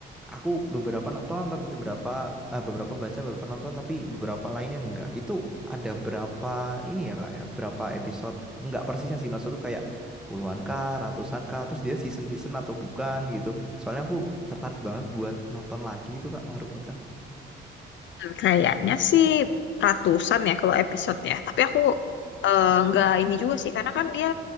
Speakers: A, in the centre; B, on the left.
A: aku beberapa nonton tapi beberapa eh, beberapa baca, beberapa nonton tapi beberapa lainnya enggak. Itu ada berapa ini ya Kak ya? Berapa episode? Enggak persisnya sih maksud tuh kayak puluhan kah, ratusan kah, terus dia season-season atau bukan gitu. Soalnya aku tertarik banget buat nonton lagi itu Kak Maruko-chan.
B: Hmm, Kayaknya sih ratusan ya kalau episodenya. Tapi aku eh, nggak ini juga sih karena kan dia